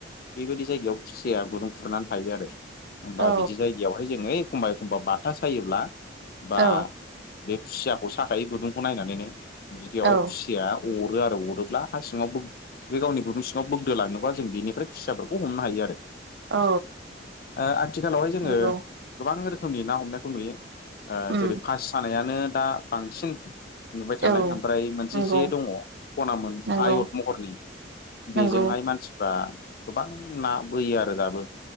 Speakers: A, on the left; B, on the right.
A: बेबायदि जायगायाव खुसियाया गुदुं खुरनानै थायो आरो। होमबा
B: औ
A: बिदि जायगायावहाय जोङो एखमबा- एखमबा बाथा सायोब्ला बा
B: औ
A: बे खुसियाखौ साखायो गुदुंखौ नायनानैनो बिदियावहाय
B: औ
A: खुसियाया अरो आरो। अरोब्ला हा सिङाव बोग बे गावनि गुदुं सिङाव बोग्दो लाङोबा जों बिनिफ्राय खुसियाफोरखौ <unintelligible> हमनो हायो आरो।
B: औ
A: ओ आथिखालावहाय जोङो
B: नंगौ
A: गोबां <unintelligible> रोखोमै ना हमनायखौ नुयो। ओ
B: उम
A: जेरै पासि सानायानो दा बांसिन नुबाय
B: औ
A: थानाय ओमफ्राय <unintelligible> <unintelligible> जे
B: नंगौ
A: दङ खनामोन
B: नंगौ
A: आयत महरनि बेजोंहाय
B: नंगौ
A: मानसि <unintelligible> गोबां ना बोयो आरो दाबो।